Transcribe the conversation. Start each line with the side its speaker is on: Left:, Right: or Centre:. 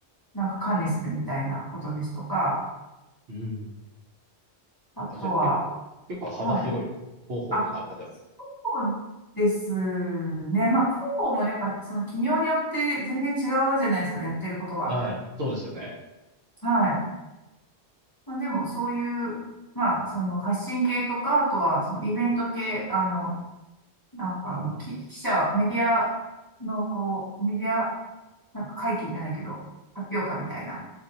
Left: なんか管理するみたいなことですとか、
Right: うーん。
Left: あとは、
Right: あ、じゃあ、け、結構幅広いですね。
Left: はい。
Right: 広報の中でも。
Left: あ、そうですね。まあ、広報もねやっぱ、その企業によって全然違うじゃないですか、やってることが。
Right: はい、そうですよね。
Left: はい。まあ、でも、そういう、まあ、その発信系とか、あとは、そのイベント系、あの、なんか、まあ、き記者、メディアの、こう、メディア、なんか会見じゃないけど、発表会みたいな、